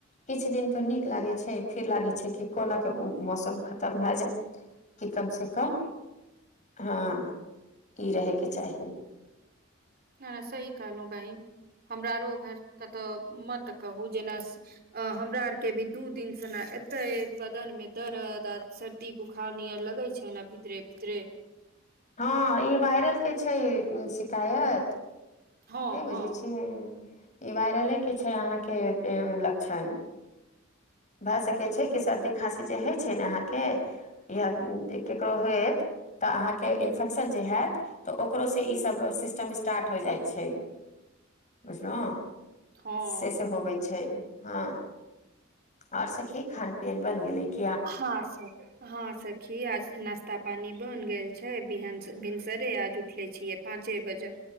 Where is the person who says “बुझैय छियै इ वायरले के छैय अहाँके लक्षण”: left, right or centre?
Left